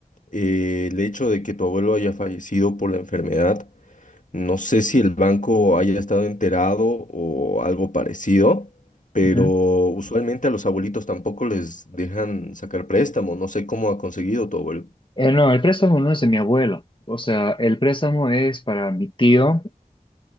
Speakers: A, on the left; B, on the left.
A: eh, el hecho de que tu abuelo haya fallecido por la enfermedad no sé si el banco haya estado enterado o algo parecido, pero
B: Ujú.
A: usualmente a los abuelitos tampoco les dejan sacar préstamo. No sé cómo ha conseguido tu abuelo.
B: Eh, no, el préstamo no es de mi abuelo, o sea, el préstamo es para mi tío,